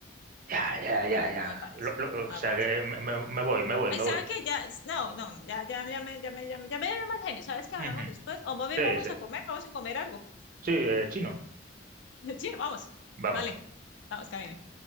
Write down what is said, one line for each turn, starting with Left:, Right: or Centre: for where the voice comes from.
Right: Ya, ya, ya,
Left: no, no
Right: ya.
Left: me parece,
Right: Lo- lo-
Left: no
Right: o sea
Left: me parece.
Right: que me, me- me voy, me voy,
Left: Ay,
Right: me
Left: ¿sabes
Right: voy.
Left: qué? Ya, no, no, ya, ya, ya me, ya me, ya me, ya me dio mal genio, ¿sabes qué hablamos
Right: Ujú.
Left: después? O más bien
Right: Sí,
Left: vamos
Right: sí.
Left: a comer, vamos a comer algo.
Right: Sí, eh, chino.
Left: <laughs> Sí, vamos,
Right: Vamos.
Left: vale, vamos, camine.